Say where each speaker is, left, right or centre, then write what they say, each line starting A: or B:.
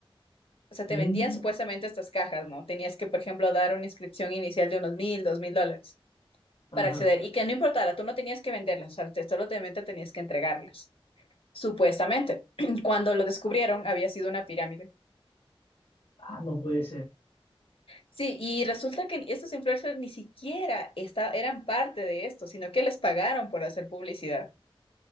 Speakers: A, on the left; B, on the left.
A: O sea, te
B: Mm,
A: vendían supuestamente estas cajas, ¿no? Tenías que, por ejemplo, dar una inscripción inicial de unos mil, dos mil dólares
B: ajá.
A: para acceder. Y que no importara, tú no tenías que venderlas, o sea, te- solamente tenías que entregarlas, supuestamente. <clears throat> Cuando lo descubrieron, había sido una pirámide.
B: Ah, no puede ser.
A: Sí, y resulta que estos influencers ni siquiera esta- eran parte de esto, sino que les pagaron por hacer publicidad.